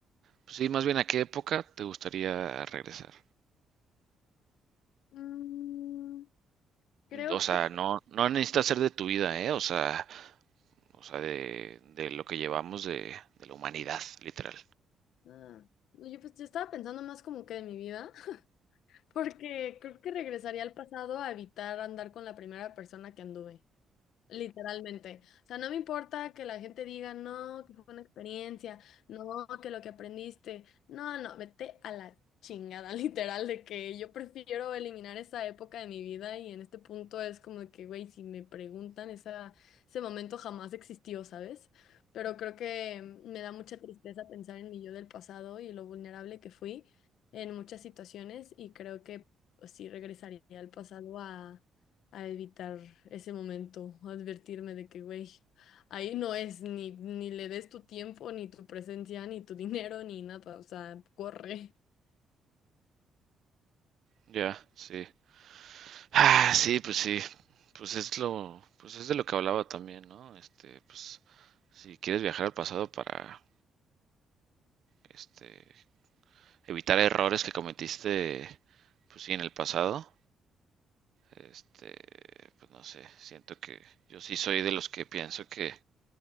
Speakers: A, on the right (about 65°); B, on the left (about 75°).
A: pues sí, más bien a qué época te gustaría regresar.
B: Mm, creo
A: O sea,
B: que...
A: no, no necesita ser de tu vida, ¿eh? O sea, o sea, de, de lo que llevamos de, de la humanidad, literal.
B: ah, no, yo, pues, yo estaba pensando más como que de mi vida. Porque creo que regresaría al pasado a evitar andar con la primera persona que anduve. Literalmente. O sea, no me importa que la gente diga, no, que fue una experiencia, no, que lo que aprendiste. No, no, vete a la chingada, <laughs> literal, de que yo prefiero eliminar esa época de mi vida y en este punto es como de que, güey, si me preguntan, esa, ese momento jamás existió, ¿sabes? Pero creo que me da mucha tristeza pensar en mi yo del pasado y lo vulnerable que fui en muchas situaciones y creo que pues, sí regresaría al pasado a evitar ese momento, a advertirme de que, güey, ahí no es ni, ni le des tu tiempo, ni tu presencia, ni tu dinero, ni nada, o sea, corre.
A: Ya, sí. Ah, sí, pues sí, pues es lo, pues es de lo que hablaba también, ¿no? Este, pues si quieres viajar al pasado para, este, evitar errores que cometiste, pues sí, en el pasado, este, pues no sé, siento que yo sí soy de los que pienso que,